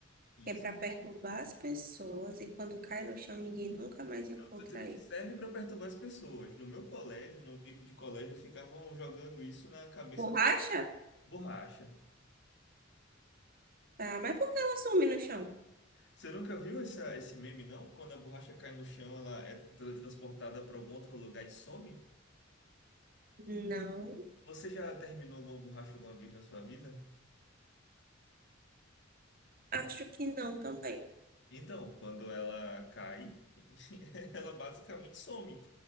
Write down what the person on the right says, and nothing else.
que é para perturbar as pessoas, e quando cai no chão, ninguém nunca mais encontra
ele.
Borracha?
Tá, mas por que ela some no chão?
Não,
acho que não também.